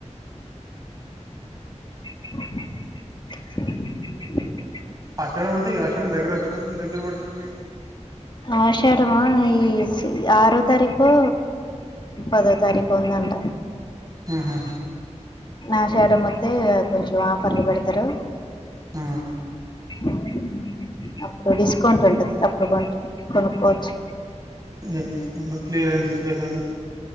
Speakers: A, on the left; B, on the right.
A: <inaudible>
B: ఆషాఢం అంటే, ఈ ఆషాఢం దగ్గర వచ్చినట్టు ఉంది దగ్గర పడ్డట్టుంది గా,
A: ఆషాడమా ఈ ఆరో తారీకో, పదో తారీకో ఉందంట.
B: ఆహ
A: ఆషాఢమోత్తె కొంచెం ఆఫర్లు పెడతారు.
B: ఆ
A: మ్ అప్పుడు డిస్కౌంట్ ఉంటది. అప్పుడు కాంటే కొనుక్కోచ్చు
B: ఏం డిస్కౌంట్ క్లియరెన్స్ సేల్ అని,